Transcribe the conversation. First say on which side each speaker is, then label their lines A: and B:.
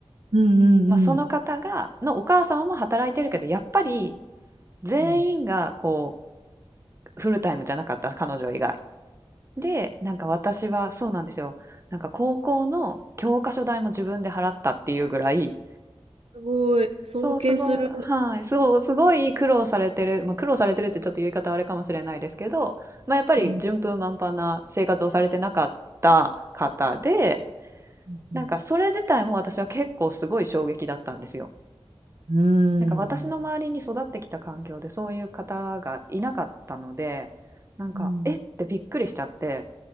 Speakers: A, on the right (about 75°); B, on the right (about 25°).
A: うんうんうん
B: うまあ、そのん方がのお母様も働いてるけどやっぱり全員がこ
A: うん。
B: うフルタイムじゃなかった彼女以外でなんか私はそうなんですよなんか高校の教科書代も自分で払ったっていうぐらい
A: すごい。尊敬する。
B: そうすごい、はい、そうすごい苦労されてる、まあ、苦労されてるってちょっと言い方あれかもしれないですけど、まあ、やっぱり順風満帆な生活をされてなかった方で。
A: うんうん
B: なんかそれ自体も私は結構すごい衝撃だったんですよ。
A: うん。
B: なんか私の周りに育ってきた環境でそういう方がいなかったので、なんかえってびっくりしちゃって、
A: うん